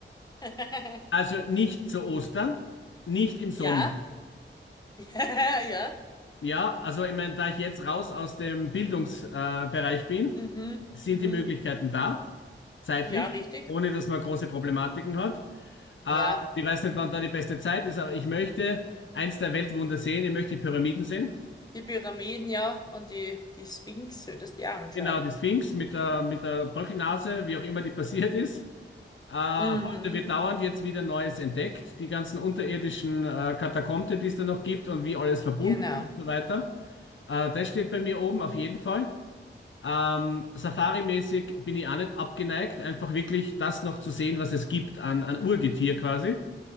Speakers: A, on the left; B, on the left.
A: <laughs>
B: Also nicht zu Ostern, nicht im Sommer.
A: Ja, <laughs> ja, ja.
B: Ja, also ich meine, da ich jetzt raus aus dem Bildungsbereich äh, Bereich bin,
A: Mhm,
B: sind
A: mhm.
B: die Möglichkeiten da, zeitlich,
A: Ja, richtig.
B: ohne dass man große Problematiken hat. Äh,
A: Ja,
B: und ich weiß nicht, wann da die beste Zeit ist, aber ich möchte eins der Weltwunder sehen, ich möchte die Pyramiden sehen.
A: die Pyramiden, ja, und die, die Sphinx solltest du dir anschauen.
B: Genau, die Sphinx mit der, mit der Bröckelnase, wie auch immer die passiert ist. Äh, heute
A: Mhm,
B: wird dauernd jetzt wieder Neues entdeckt, die ganzen unterirdischen äh, Katakomben, die es da noch gibt und wie alles verbunden
A: genau.
B: ist und so weiter. Äh, das steht bei mir oben auf jeden Fall. Ähm, Safari-mäßig bin ich auch nicht abgeneigt, einfach wirklich das noch zu sehen, was es gibt an, an Urgetier quasi.